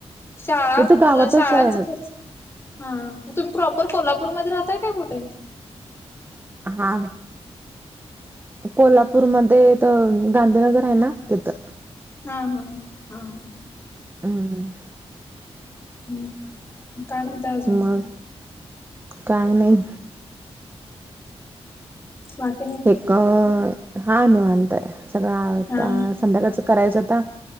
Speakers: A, on the left (about 20°); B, on the right (about 20°).
A: शाळा एक
B: इथं
A: मुलं
B: गावातच
A: शाळांचा
B: आहे
A: खर्च हा मग तुम्ही प्रॉपर कोल्हापूरमध्ये राहताय काय कुठे?
B: हा. कोल्हापूरमध्ये इथं गांधीनगर आहे ना तिथं.
A: हा हा हा ह.
B: हम हं.
A: हं काय म्हणता अजून.
B: मग काय नाई.
A: वा
B: एक हा निवांतय सगळं
A: हा
B: आ संध्याकाळच करायचं आता.